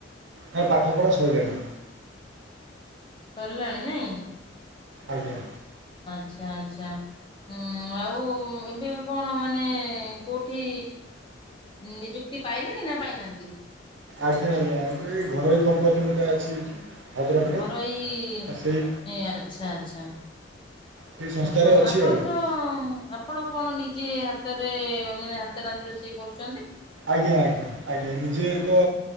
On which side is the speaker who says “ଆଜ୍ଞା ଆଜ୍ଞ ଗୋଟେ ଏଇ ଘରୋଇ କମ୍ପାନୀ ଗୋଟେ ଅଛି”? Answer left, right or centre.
Right